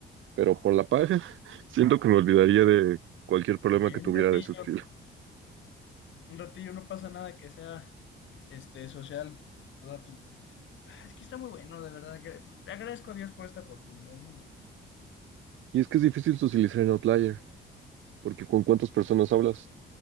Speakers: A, on the right; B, on the left.
A: Pero por la paja, <laughs> siento que me olvidaría de cualquier problema
B: De que
A: que tuviera
B: un ratillo,
A: de ese estilo.
B: un ratillo no pasa nada que sea este, social. O sea, pues, ah, es que está muy bueno, de verdad. que- Le agradezco a Dios por esta oportunidad, es muy bueno.
A: Y es que es difícil socializar en Outlier, porque ¿con cuántas personas hablas?